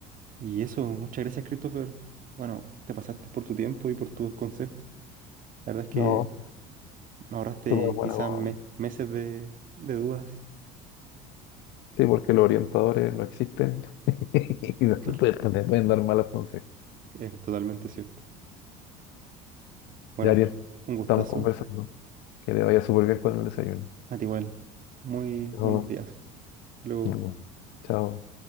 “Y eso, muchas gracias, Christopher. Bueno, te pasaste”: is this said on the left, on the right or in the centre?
Right